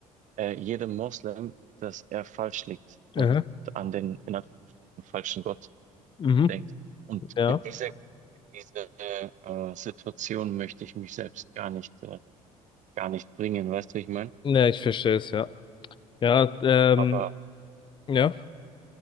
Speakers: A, on the right; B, on the left.
A: äh, jedem Moslem, dass er falsch liegt und
B: Aha.
A: an den, in Anführungsstrichen, falschen Gott
B: Mhm.
A: denkt. Und
B: Ja.
A: in diese, in diese äh, Situation möchte ich mich selbst gar nicht, äh, gar nicht bringen, weißt du, wie ich meine?
B: Ja, ich verstehe es, ja. Ja, ähm,
A: Aber
B: ja.